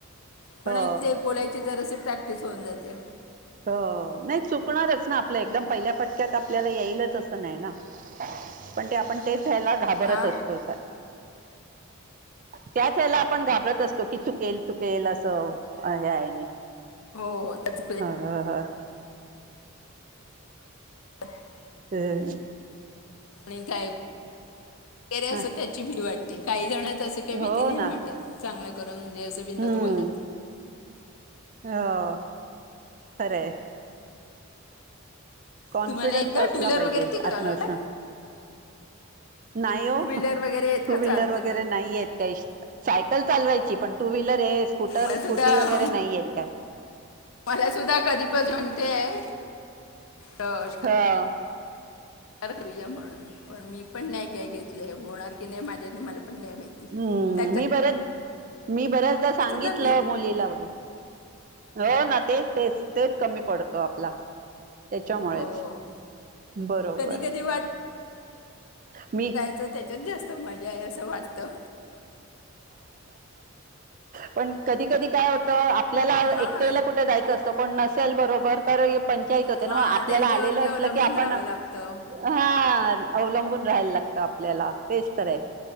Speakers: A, on the left; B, on the right.
A: पण
B: हो
A: एकते बोलायची जराशी प्रॅक्टिस होऊन जाते.
B: हो नाही चुकणारच ना आपलं एकदम पहिल्या पट्यात आपल्याला येईलच असं नाही ना पण ते आपण तेच व्यायला घाबरत
A: हा
B: असतो अस त्याच वेळेला आपण घाबरत असतो की चुकेल चुके चुकेल असं हे आहे आणि
A: हो त्याच
B: हा हा हा.
A: <inaudible>
B: ह, ह <unintelligible>
A: आणि काय
B: हा,
A: <inaudible> असं त्याची भी वाटते, काही जणच असं की भीती
B: हो
A: नाही
B: ना
A: वाटत. चांगले करून जे अस बिनधास्त
B: हम्म
A: बोलतात.
B: हो, खरंय. कॉन्फिडन्स
A: तुम्हाला येतं
B: असला
A: टू व्हीलर
B: पाहिजे,
A: वगैरे ते का
B: आत्मविश
A: चालवता
B: नाही हो,
A: टू व्हीलर वगैरे येत
B: टू
A: का चालवतं
B: व्हीलर वगैरे
A: मला
B: नाही येत काही सायकल चालवायची पण टू व्हीलर हे स्कूटर,
A: मला
B: स्कूटी
A: सुद्धा
B: वगैरे नाही येत काय.
A: मला सुद्धा कधीपासून म्हणतेय, तश
B: हा.
A: विचार करूया म्हणून, पण मी पण नाही काय घेतलंय. होणार की नाही माझ्याने मला पण नाही माहिती.
B: हम्म.
A: त्याच्यात
B: मी बरेच, मी बऱ्याचदा सांगितलं
A: सुद्धा मी
B: मुलीला वगैरे हो ना तेच. तेच तेच कमी पडत आपला त्याच्यामुळेच,
A: हो
B: बरोबर.
A: कधी कधी
B: मी
A: तर त्याच्यात जास्त मजा आहे असं वाटतं.
B: पण कधी कधी काय होत. तर आपल्याला
A: हां
B: एकट्याला कुठे जायचं असतं कोण नसेल बरोबर तरीही पंचायत होते
A: हां
B: ना. आपल्याला
A: त्यांच्यावरती
B: आलेलं
A: अवलंबून
B: असलं की आपण
A: राहावं लागतं
B: हा अवलंबून राहायला लागत आपल्याला. तेच तर आहे